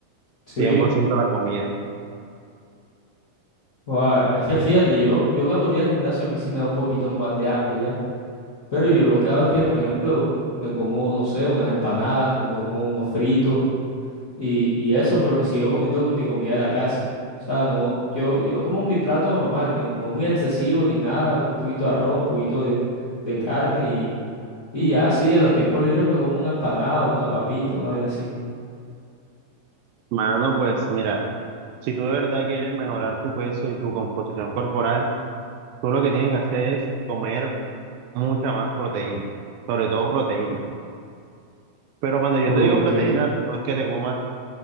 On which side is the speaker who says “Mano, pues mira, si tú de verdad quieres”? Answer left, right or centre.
Right